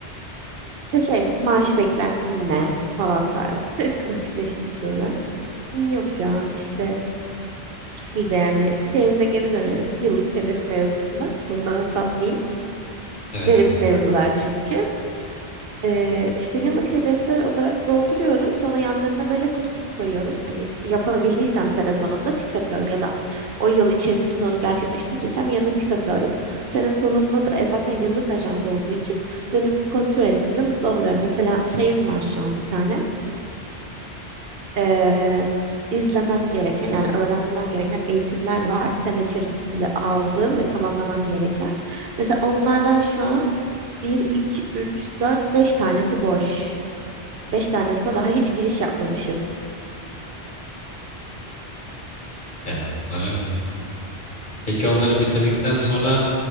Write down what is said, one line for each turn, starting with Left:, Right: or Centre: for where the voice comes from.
Right: işte şey maaş beklentin ne falan tarzı <laughs> klasikleşmiş sorular. Yok ya işte şekilde yani şeyimize geri dönelim. Yıllık hedef mevzusuna. Bundan sapmayayım.
Left: Evet
Right: Derin mevzular çünkü. Ee, işte yıllık hedefler olarak dolduruyorum. Sonra yanlarına böyle kutucuk koyuyorum. Hani yapabildiysem sene sonunda tik atıyorum ya da o yıl içerisinde onu gerçekleştireceksem yanına tik atıyorum. Sene sonunda da e, zaten yıllık ajanda olduğu için dönüp kontrol ettiğimde mutlu oluyorum. Mesela şeyim var şu an bir tane. Ee, izlemem gereken yani öğrenmem gereken eğitimler var. Sene içerisinde aldığım ve tamamlamam gereken. Mesela onlardan şu an bir 2 3 4 5 tanesi boş. Beş tanesine daha hiç giriş yapmamışım.
Left: yani onları. Peki onları bitirdikten sonra